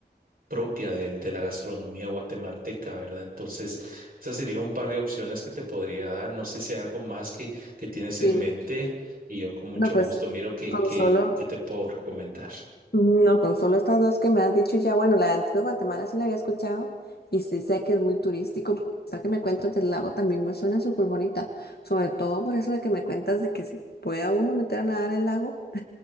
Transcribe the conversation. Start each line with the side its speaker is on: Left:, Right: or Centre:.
Right: propia de, de la gastronomía guatemalteca, ¿verdad? Entonces, esa sería un par de opciones que te podría dar. No sé si hay algo más que, que tienes
Left: Sí,
Right: en mente y yo con mucho
Left: no, pues
Right: gusto miro qué,
Left: con
Right: qué,
Left: solo,
Right: qué te puedo recomendar.
Left: no, con solo estas dos que me has dicho ya, bueno, la de Antigua Guatemala sí la había escuchado y sí sé que es muy turístico, pero esta que me cuentas del lago también me suena súper bonita, sobre todo por eso de que me cuentas de que se pueda uno meter a nadar al lago.